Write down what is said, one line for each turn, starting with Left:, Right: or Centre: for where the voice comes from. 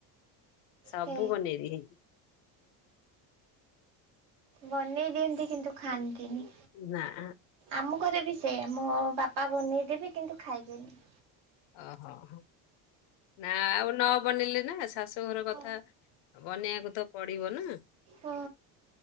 Left: ସବୁ
Right: ହେ
Left: ବନେଇ ଦିଏ।
Right: ବନେଇ ଦିଅନ୍ତି କିନ୍ତୁ ଖାଆନ୍ତିନି।
Left: ନା ଆ।
Right: ଆମ ଘରେ ବି ସେୟା ମୋ ବାପା ବନେଇଦେବେ କିନ୍ତୁ ଖାଇବେନି।
Left: ଓହୋଃ ନା ଆଉ ନ ବନେଇଲେ ନା ଶାଶୁଘର କଥା।
Right: ହଁ
Left: ବନେଇବାକୁ ତ ପଡିବ ନା।
Right: ହଁ